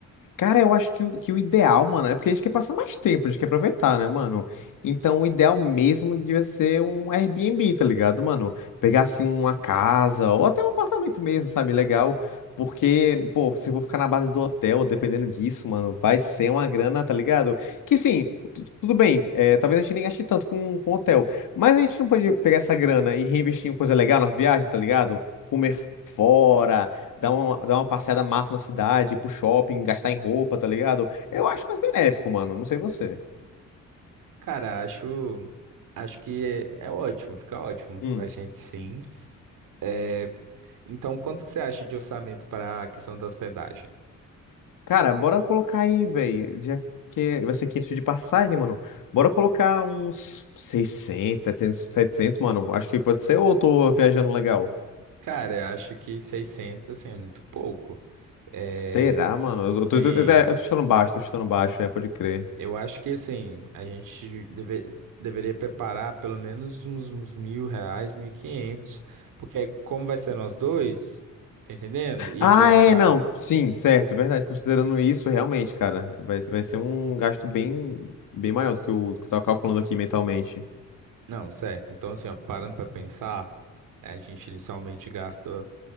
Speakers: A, on the left; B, on the right.
A: Cara, eu acho que o, que o ideal, mano, é porque a gente quer passar mais tempo, a gente quer aproveitar, né, mano? Então, o ideal mesmo devia ser um Airbnb, tá ligado, mano? Pegar, assim, uma casa ou até um apartamento mesmo, sabe? Legal. Porque, pô, se eu vou ficar na base do hotel, dependendo disso, mano, vai ser uma grana, tá ligado? Que sim, tu- tudo bem, é, talvez a gente nem gaste tanto com, com hotel, mas a gente não pode pegar essa grana e reinvestir em coisa legal na viagem, tá ligado? Comer fora dar uma, dar uma passeada massa na cidade, ir pro shopping, gastar em roupa, tá ligado? Eu acho mais benéfico, mano. Não sei você.
B: Cara, acho, acho que é, é ótimo, fica ótimo
A: Hum.
B: pra gente sim. É, então, quanto que você acha de orçamento para a questão da hospedagem?
A: Cara, bora colocar aí, velho. Já que vai ser 500 de passagem, mano. Bora colocar uns 600, setecentos, 700, mano. Acho que pode ser ou eu tô viajando legal?
B: Cara, eu acho que 600 assim, é muito pouco. É,
A: Será, mano? Eu
B: sim,
A: tô, eu tô, eu tô eu tô chutando baixo, tô chutando baixo, é, pode crer.
B: eu acho que, assim, a gente deve- deveria preparar pelo menos uns, uns mil reais, mil e quinhentos, porque aí como vai ser nós dois, tá entendendo? E
A: Ah,
B: a gente vai ficar...
A: é, não. Sim, certo, verdade. Considerando isso, realmente, cara, vai, vai ser um gasto bem, bem maior do que o do que eu tava calculando aqui mentalmente.
B: Não, certo. Então, assim, ó, parando para pensar, é, a gente inicialmente gasta